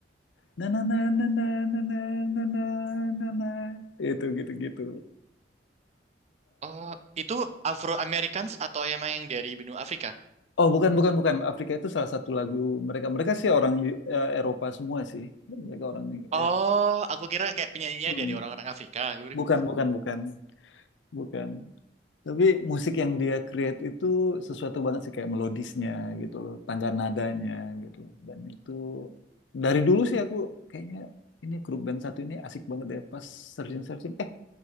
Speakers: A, on the left; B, on the right.
A: Na na na na na na na na na na na. Itu gitu gitu.
B: Oh, itu Afro Americans atau emang yang dari benua Afrika?
A: Oh, bukan, bukan, bukan. Afrika itu salah satu lagu mereka. Mereka sih orang Eu- eh, Eropa semua sih. Mereka orang
B: Oh,
A: eh,
B: aku kira kayak penyanyinya
A: hmm,
B: dari orang-orang Afrika. Aku bilang,
A: bukan, bukan, bukan, bukan. Tapi musik yang dia create itu sesuatu banget sih kayak melodisnya gitu loh, tangga nadanya gitu. Dan itu dari dulu sih aku kayaknya ini grup band satu ini asik banget deh pas searching searching. Eh,